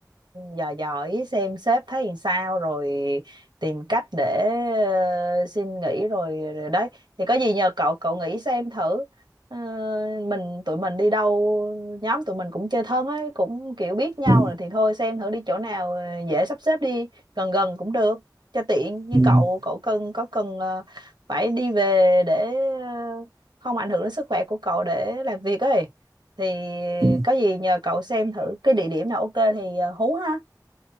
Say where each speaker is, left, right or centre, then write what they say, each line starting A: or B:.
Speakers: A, on the right; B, on the right.
A: dò dò ý xem sếp thấy làm sao rồi tìm cách để ờ, xin nghỉ rồi, rồi đấy thì có gì nhờ cậu cậu nghĩ xem thử Ờ, mình tụi mình đi đâu nhóm tụi mình cũng chơi thân ấy cũng kiểu biết nhau
B: Ừ,
A: rồi thì thôi xem thử đi chỗ nào ờ, dễ sắp xếp đi gần gần cũng được cho tiện như
B: ừ,
A: cậu cậu cần có cần ờ, phải đi về để ờ, không ảnh hưởng đến sức khỏe của cậu để làm việc ấy thì
B: ừ,
A: có gì nhờ cậu xem thử cái địa điểm nào ok thì ờ, hú ha